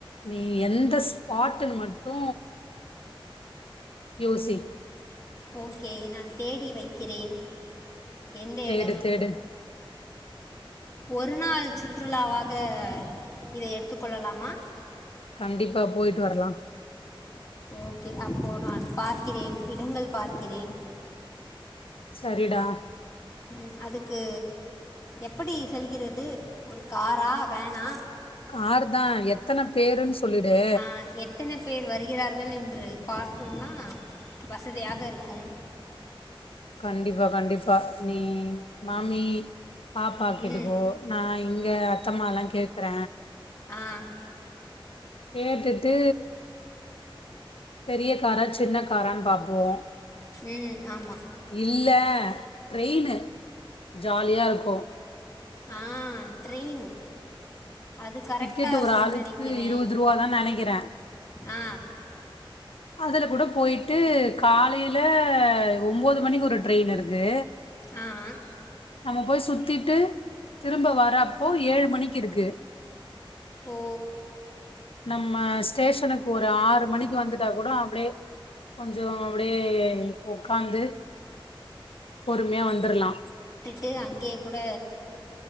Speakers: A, on the left; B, on the left.
A: நீ எந்த ஸ்பாட்டுன்னு மட்டு யோசி
B: ஓகே நான் தேடி வைக்கிறேன் எந்த
A: தேடு
B: இடம்
A: தேடு
B: ஒரு நாள் சுற்றுலாவாக இதை எடுத்து கொள்ளலாமா
A: கண்டிப்பா போயிட்டு வரலா
B: ஓகே அப்போ நான் பார்க்கிறேன் இடங்கள் பார்க்கிறேன்
A: சரிடா
B: உம் அதுக்கு எப்படி செல்கிறது ஒரு காரா வேனா
A: கார் தான் எத்தனை பேருன்னு சொல்லிடு
B: ஆ, எத்தனை பேர் வருகிறார்கள் என்று பார்த்தோம்னா வசதியாக இருக்கும்
A: கண்டிப்பா கண்டிப்பா நீ மாமி பாப்பா கேட்டுக்கோ
B: ம்
A: நா இங் க அத்தம்மா எல்லா கேக்குற
B: ஆம்
A: கேட்டுட்டு பெரிய காரா சின்ன காரான்னு பாப்போ
B: ம் ஆமாம்
A: இல்ல ட்ரெயினு ஜாலியா இருக்கு
B: ஆஹ் ட்ரெயின் அது கரெக்டாக
A: டிக்கெட் ஒரு
B: இருக்கும்னு
A: ஆளுக்கு
B: நினைக்கிறேன்
A: இருவதுரூவாதானு நினைக்கிற
B: ஆ
A: அதுல கூட பொயிட்டு காலைல ஒம்போது மணிக்கு ஒரு ட்ரெயினு இருக்கு
B: ஆஹ்
A: நம்ம போய் சுத்திட்டு திரும்ப வர்ரப்போ ஏழு மணிக்கு இருக்கு
B: ஓ
A: நம்ம ஸ்டேஷனுக்கு ஒரு ஆறு மணிக்கு வந்து இருந்தா கூட அப்டியே கொஞ்சோ அப்டியே ஒக்காந்து பொறுமையா வந்தர்லா
B: ட்டு அங் இங்யே கூட